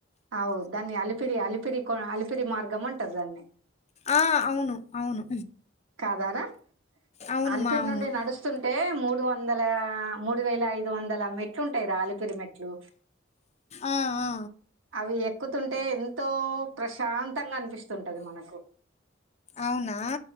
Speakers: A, on the right; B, on the left.
A: అవ్ దాన్ని అలిపిరి అలిపిరి కో అలిపిరి మార్గం ఉంటారు దాన్ని
B: ఆ అవును అవును
A: కదరా
B: అవును
A: అలిపిరి
B: మా అవును
A: నుండి నడుస్తున్ అంటే మూడు వందల మూడు వేల ఐదు వందల మెట్లు ఉంటాయి రా ఆలిపిరి మెట్లు
B: ఆ ఆ
A: అవి ఎక్కుతుంటే ఎంతో ప్రశాంత మత్తంగా అనిపిస్తుంటది మనకు
B: అవునా